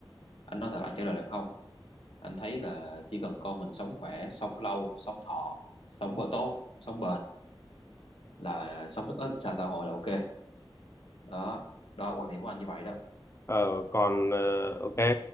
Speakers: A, on the left (about 80°); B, on the left (about 30°).
A: anh nói thật là anh trả lời là không anh thấy là chỉ cần con mình sống khỏe sống lâu sống thọ sống bơ tốt sống bền là sống rất ít xa xã hội là ok đó đó quan điểm của anh như vậy đó
B: Ờ, còn ờ, ok